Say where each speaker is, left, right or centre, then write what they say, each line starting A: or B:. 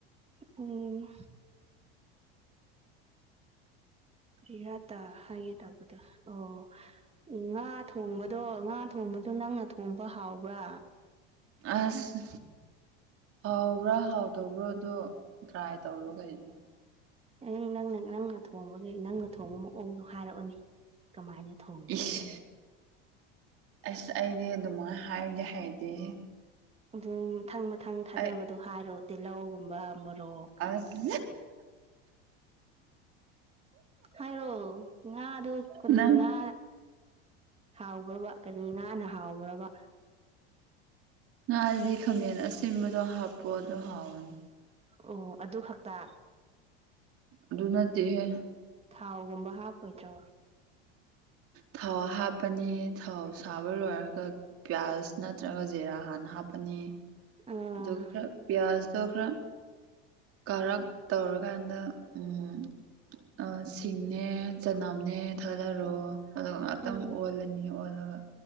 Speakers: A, on the right; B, on the right.
A: ꯎꯝ ꯀ꯭ꯔꯤꯔꯥ ꯇ ꯍꯥꯏꯒꯦ ꯇꯧꯕꯗꯣ ꯑꯣ ꯉꯥ ꯊꯣꯡꯕꯗꯣ ꯉꯥ ꯊꯣꯡꯕꯗꯣ ꯅꯪꯅ ꯊꯣꯡꯕ ꯍꯥꯎꯕ꯭ꯔꯥ
B: ꯑꯁ ꯍꯥꯎꯕ꯭ꯔꯥ ꯍꯥꯎꯇꯕ꯭ꯔꯣ ꯗꯣ ꯇ꯭ꯔꯥꯏ ꯇꯧꯔꯣ ꯀꯩꯅꯣ
A: ꯑꯩ ꯅꯪꯅ ꯅꯪꯅ ꯊꯣꯡꯕꯒꯤ ꯅꯪꯅ ꯊꯣꯡꯕ ꯃꯑꯣꯡꯗꯣ ꯍꯥꯏꯔꯛꯑꯣꯅꯦ ꯀꯃꯥꯏꯅ ꯊꯣꯡꯕ꯭ꯔꯥ
B: ꯏꯁ ꯑꯁ ꯑꯩꯗꯤ ꯑꯗꯨꯃꯥꯏ ꯍꯥꯏꯕꯗꯤ ꯍꯩꯇꯦꯍꯦ
A: ꯑꯗꯨ ꯃꯊꯪ ꯃꯊꯪ ꯊꯥꯗꯕꯗꯣ
B: ꯑꯩ
A: ꯍꯥꯏꯔꯣ ꯇꯤꯜꯂꯧꯒꯨꯝꯕ ꯃꯣꯔꯣꯛ
B: ꯑꯁ
A: ꯍꯥꯏꯔꯣ ꯉꯥꯗꯨ ꯀꯔꯤ
B: ꯅꯪ
A: ꯉꯥ ꯍꯥꯎꯕ꯭ꯔꯕ ꯀꯔꯤ ꯉꯥꯅ ꯍꯥꯎꯕ꯭ꯔꯕ
B: ꯉꯥꯗꯗꯤ ꯈꯥꯉꯦꯟ ꯑꯁꯤꯟꯕꯗꯣ ꯍꯥꯞꯄꯣ ꯑꯗꯨ ꯍꯥꯎꯅꯤ
A: ꯑꯣ ꯑꯗꯨ ꯈꯛꯇ
B: ꯑꯗꯨ ꯅꯠꯇꯦꯍꯦ
A: ꯊꯥꯎꯒꯨꯝꯕ ꯍꯥꯞꯄꯣꯏꯗ꯭ꯔꯣ
B: ꯊꯥꯎ ꯍꯥꯞꯄꯅꯤ ꯊꯥꯎ ꯁꯥꯕ ꯂꯣꯏꯔꯒ ꯄꯤꯌꯥꯁ ꯅꯠꯇ꯭ꯔꯒ ꯖꯦꯔꯥ ꯍꯥꯟꯅ ꯍꯥꯞꯄꯅꯤ
A: ꯑꯥ
B: ꯑꯗꯨꯒ ꯈꯔ ꯄꯤꯌꯥꯁꯇꯣ ꯈꯔ ꯀꯥꯔꯛ ꯇꯧꯔꯀꯥꯟꯗ ꯎꯝ ꯑꯥ ꯁꯤꯡꯅꯦ ꯆꯅꯝꯅꯦ ꯊꯥꯗꯔꯣ ꯑꯗꯨꯒ ꯉꯥꯛꯇꯪ
A: ꯎꯝ
B: ꯑꯣꯜꯂꯅꯤ ꯑꯣꯜꯂꯒ